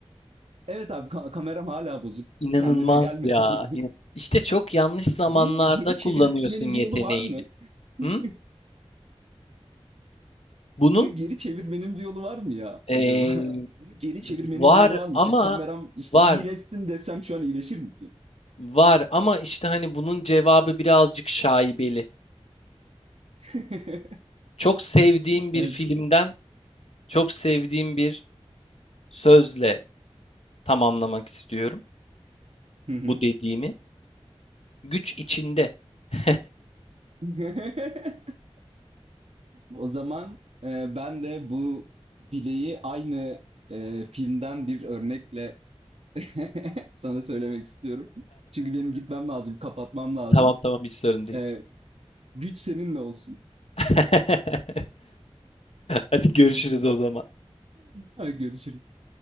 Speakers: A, on the right; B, on the left.
A: Evet abi, ka- kameram hala bozuk.
B: İnanılmaz
A: Kendine gelmedi.
B: ya. İna- İşte çok yanlış
A: <laughs>
B: zamanlarda
A: Bunu geri çevirmenin
B: kullanıyorsun yeteneğini.
A: bir yolu var mı? <laughs>
B: Hı? Bunu
A: Bunu geri çevirmenin bir yolu var mı ya
B: ee,
A: acaba? <laughs> Bunu geri çevirmenin
B: var
A: bir yolu var mı?
B: ama
A: İşte kameram işte
B: var
A: iyileşsin desem şu an iyileşir mi ki?
B: var ama işte hani bunun cevabı birazcık şaibeli.
A: <laughs>
B: Çok sevdiğim bir
A: Evet.
B: filmden çok sevdiğim bir sözle tamamlamak istiyorum
A: Hı hı.
B: bu dediğimi. Güç içinde. <laughs>
A: <laughs> O zaman e, ben de bu dileği aynı e, filmden bir örnekle <laughs> sana söylemek istiyorum. Çünkü benim gitmem lazım, kapatmam lazım.
B: Tamam tamam hiç sorun değil.
A: E, güç seninle olsun.
B: <laughs> Hadi görüşürüz o zaman.
A: <laughs> görüşürüz.